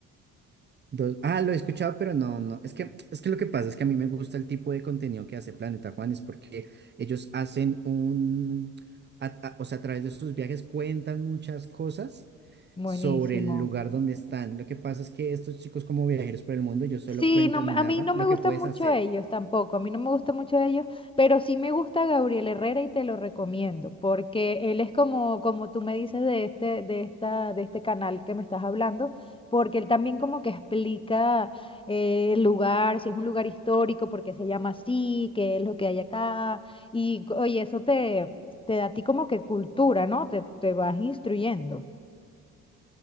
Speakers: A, on the right (about 35°); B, on the left (about 15°).
A: Dos- ah, lo he escuchado, pero no, no. Es que, es que lo que pasa es que a mí me gusta el tipo de contenido que hace Planeta Juanes, porque ellos hacen un, a- a- o sea, a través de sus viajes cuentan muchas cosas
B: Buenísimo.
A: sobre el lugar donde están. Lo que pasa es que estos chicos como viajeros por el mundo, ellos solo
B: Sí,
A: cuentan
B: no, me-
A: y
B: a
A: narran
B: mí no me
A: lo
B: gustan
A: que puedes
B: mucho
A: hacer.
B: ellos tampoco, a mí no me gustan mucho ellos, pero sí me gusta Gabriel Herrera y te lo recomiendo, porque él es como, como tú me dices de este, de esta, de este canal que me estás hablando, porque él también como que explica eh, el lugar, si es un lugar histórico, por qué se llama así, qué es lo que hay acá, y co- oye, eso te, te da a ti como que cultura, ¿no? Te, te vas instruyendo.